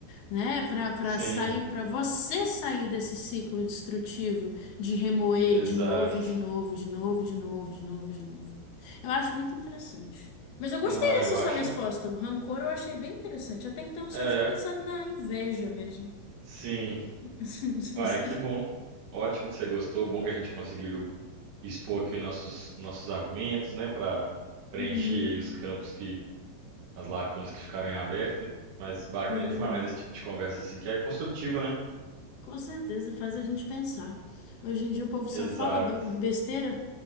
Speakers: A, on the left; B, on the right.
A: né? Para para
B: sim,
A: sair, para você sair desse ciclo destrutivo de remoer
B: exato.
A: de novo, e de novo, de novo, de novo, de novo, de novo. Eu acho muito interessante. Mas eu gostei
B: Não,
A: dessa
B: eu
A: sua
B: acho.
A: resposta. O rancor eu achei bem interessante. Até então eu
B: É,
A: só tinha pensado na inveja mesmo.
B: sim.
A: <laughs>
B: Uai, que bom. Ótimo que você gostou. Bom que a gente conseguiu expor aqui os nossos, nossos argumentos, né, para preencher
A: Uhum,
B: aí os campos que, as lacunas que ficaram em aberto. Mas bacana
A: pois
B: demais
A: é.
B: esse tipo de conversa, assim, que é construtiva, né?
A: Com certeza faz a gente pensar. Hoje em dia o povo só
B: Exato.
A: fala be- besteira,